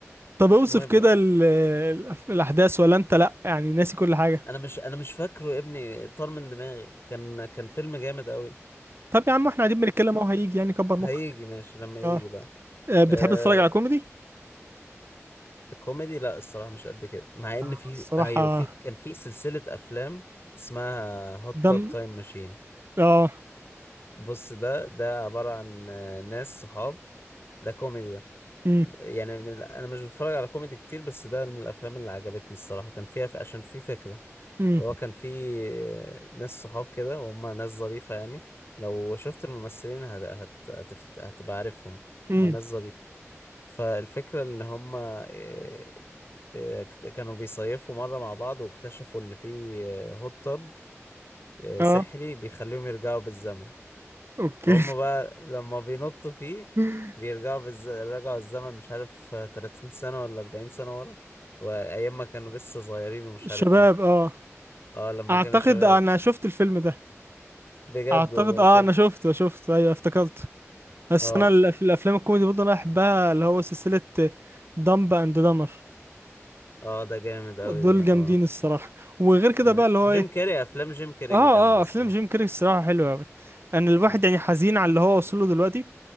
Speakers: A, on the right; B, on the left.
A: طب
B: مش
A: اوصف
B: مهم
A: كده ال- ال- الاحداث ولا انت لا يعني ناسي كل حاجة
B: انا مش انا مش فاكره يا ابني طار من دماغي كان كان فيلم جامد قوي
A: طب يا عم احنا قاعدين بنتكلم اهو هيجي يعني كبر مخك
B: هيجي ماشي لما يجي
A: اه
B: بقى
A: آه، بتحب
B: آه
A: تتفرج على كوميدي
B: الكوميدي لا الصراحة مش قد كده مع ان
A: آه،
B: في
A: الصراحة
B: ايوه في كان في سلسلة افلام اسمها هوت
A: دم
B: توب تايم ماشين
A: اه
B: بص ده ده عبارة عن آه، ناس صحاب ده كوميدي ده
A: امم
B: يعني من... انا مش بتفرج على كوميدي كتير بس ده من الافلام اللي عجبتني الصراحة كان فيها في... عشان في فكرة
A: امم
B: اللي هو كان فيه ناس صحاب كده وهم ناس ظريفة يعني لو شفت الممثلين هت... هت... هت... هتبقى عارفهم
A: امم
B: هم ناس ظريفة فالفكرة ان هم إيه، إيه، اكت- كانوا بيصيفوا مرة مع بعض واكتشفوا ان في آه، هوت تب آه،
A: اه
B: سحري بيخليهم يرجعوا بالزمن
A: اوكي
B: فهم بقى لما بينطوا فيه
A: <laughs>
B: بيرجعوا بالز... رجعوا الزمن مش عارف آه، 30 سنة ولا 40 سنة ورا وأيام ما كانوا لسه صغيرين ومش
A: شباب
B: عارف ايه
A: اه
B: اه لما
A: اعتقد
B: كانوا شباب
A: انا شفت الفيلم ده
B: بجد
A: اعتقد
B: والله
A: اه
B: شفت
A: انا شفته شفته ايوه افتكرته بس
B: اه
A: انا الأف- الافلام الكوميدي برضه انا بحبها اللي هو سلسله دمب اند دمر
B: اه ده جامد اوي
A: دول
B: ده
A: جامدين
B: اه
A: الصراحه وغير كده
B: يعني
A: بقى اللي هو
B: جيم
A: ايه
B: كاري افلام جيم كاري
A: اه
B: جامده
A: اه
B: الصراحه
A: افلام جيم كاري الصراحه حلوه قوي ان الواحد
B: م.
A: يعني حزين على اللي هو وصل له دلوقتي